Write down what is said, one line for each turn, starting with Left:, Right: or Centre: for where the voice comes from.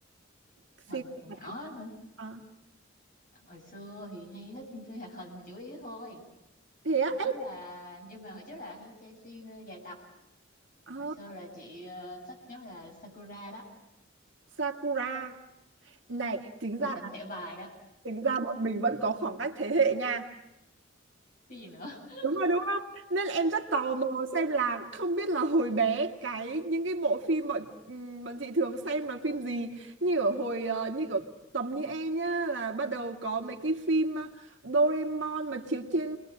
Right: xem
Left: Hồi,
Right: phim
Left: hồi
Right: hoạt
Left: nhỏ
Right: hình
Left: á hả?
Right: à,
Left: Hồi xưa thì hay thích xem phim hoạt hình là chủ yếu thôi.
Right: thế á
Left: Hồi trước
Right: ấy,
Left: là nhưng mà hồi trước là hay xem phim ờ, dài tập
Right: ờ,
Left: hồi xưa là chị ờ, thích nhất là Sakura đó
Right: Sakura này tính
Left: thủ
Right: ra
Left: lĩnh thẻ bài đó
Right: tính ra bọn mình vẫn có khoảng cách thế hệ nha
Left: cái gì nữa <laughs>
Right: đúng rồi đúng không nên là em rất tò mò xem là không biết là hồi bé cái những cái bộ phim bọn ừm, bọn chị thường xem là phim gì như ở hồi ờ, như kiểu tầm như em nhá là bắt đầu có mấy cái phim ờ, Doraemon mà chiếu trên